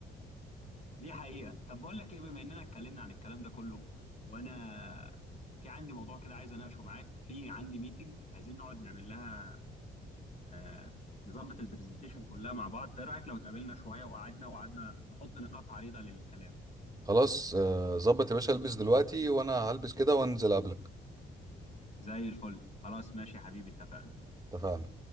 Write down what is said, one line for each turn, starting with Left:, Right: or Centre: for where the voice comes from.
Left: دي حقيقة طب بقول لك ايه بما اننا اتكلمنا عن الكلام ده كله وانا في عندي موضوع كده عايز اناقشه معاك في عندي ميتنج عايزين نقعد نعمل لها آه نظبط البرزنتيشن كلها مع بعض فايه رأيك لو اتقابلنا شوية وقعدنا وقعدنا نحط نقاط عريضة للكلام
Right: خلاص آه، ظبط يا باشا البس دلوقتي وانا هلبس كده وانزل قبلك
Left: زي الفل خلاص ماشي يا حبيبي اتفقنا
Right: اتفقنا